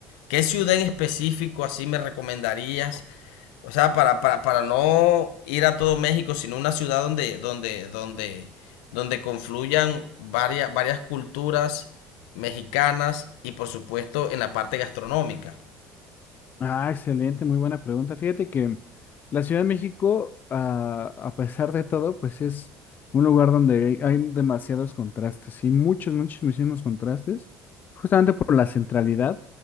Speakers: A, on the left; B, on the left.
A: ¿Qué ciudad en específico así me recomendarías? O sea, para, para, para no ir a todo México, sino una ciudad donde, donde, donde, donde confluyan varias, varias culturas mexicanas y por supuesto en la parte gastronómica.
B: Ah, excelente, muy buena pregunta. Fíjate que la Ciudad de México, ah, a pesar de todo, pues es un lugar donde hay, hay demasiados contrastes, y muchos, muchos, muchísimos contrastes, justamente por la centralidad.